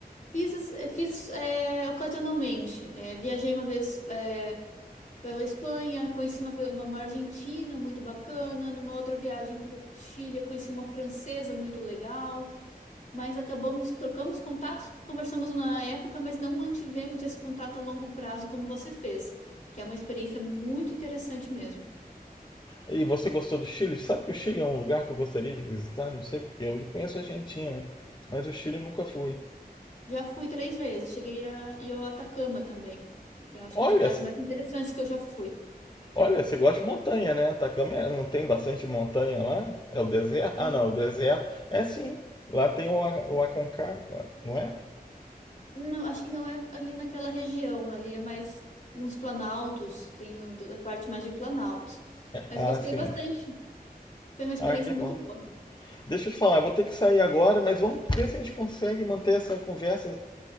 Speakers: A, on the left; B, on the left.
A: Fiz, eh, fiz eh, ocasionalmente. Eh, viajei uma vez eh, pela Espanha, conheci uma, pe- uma, uma argentina muito bacana. Numa outra viagem para o Chile, eu conheci uma francesa muito legal. Mas acabamos, trocamos contatos, conversamos na época, mas não mantivemos esse contato a longo prazo como você fez, que é uma experiência muito interessante mesmo.
B: E você gostou do Chile? Sabe que o Chile é um lugar que eu gostaria de visitar? Não sei porque eu conheço a Argentina, né? mas o Chile eu nunca fui.
A: Já fui três vezes, cheguei a, e eu Atacama também, que é, acho
B: Olha,
A: que é um dos lugares mais interessantes que eu já fui.
B: Olha, você gosta de montanha, né? Atacama é- não tem bastante montanha lá? É o deserto?
A: Sim.
B: Ah, não, o deserto. É sim. Lá tem o, A- o Aconcagua, não é?
A: Não, acho que não é ali naquela região, ali é mais nos planaltos, tem o- a parte mais de planaltos. Mas
B: Ah,
A: gostei
B: sim.
A: bastante. Foi uma experiência
B: Ah, que
A: muito
B: bom.
A: boa.
B: Deixa eu te falar, eu vou ter que sair agora, mas vamos ver se a gente consegue manter essa conversa